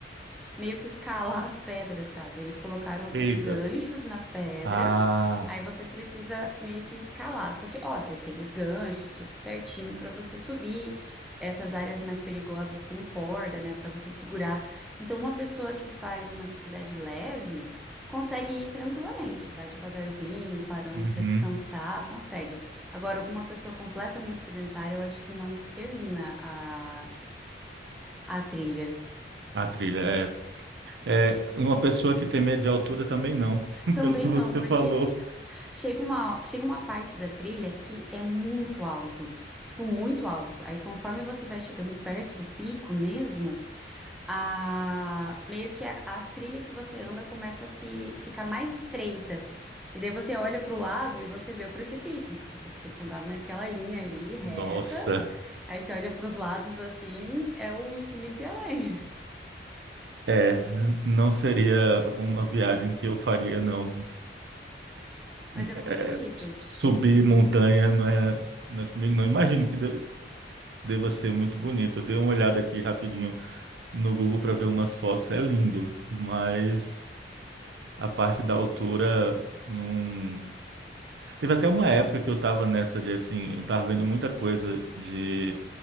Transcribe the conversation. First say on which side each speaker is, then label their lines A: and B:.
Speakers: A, in the centre; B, on the right.
A: meio que escalar <laughs> as pedras, sabe? Eles colocaram
B: Eita.
A: uns ganchos na pedra,
B: Ah,
A: aí você precisa meio que escalar. Só que, óbvio, tem os ganchos, tudo certinho pra você subir. Essas áreas mais perigosas tem corda, né, Pra você segurar. Então, uma pessoa que faz uma atividade leve consegue ir tranquilamente, vai devagarzinho, parando
B: uhum.
A: pra descansar, consegue. Agora, uma pessoa completamente sedentária, eu acho que não termina a, a trilha.
B: A trilha, é. É, uma pessoa que tem medo de altura também não, <laughs>
A: Também
B: pelo que
A: não,
B: você
A: porque
B: falou.
A: chega uma, chega uma parte da trilha que é muito alto, tipo, muito alto. Aí, conforme você vai chegando perto do pico mesmo, a meio que a, a trilha que você anda começa a se ficar mais estreita. E daí você olha para o lado e você vê o precipício. Tipo, você tem que andar naquela linha ali reta.
B: Nossa,
A: Aí você olha para os lados assim, é o infinito e além.
B: é, não seria uma viagem que eu faria, não.
A: <laughs> Mas é muito
B: É,
A: bonito.
B: subir montanha não é, não é comigo, não. Imagino que de- deva ser muito bonito. Eu dei uma olhada aqui rapidinho no Google para ver umas fotos, é lindo, mas a parte da altura não. Teve até uma época que eu tava nessa de assim, eu tava vendo muita coisa de,